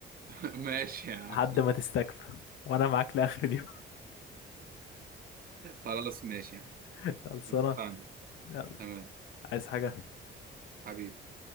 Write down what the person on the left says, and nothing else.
لحد ما تستكفى وأنا معاك لآخر اليوم
<laughs> خلصانة
يلا
عايز حاجة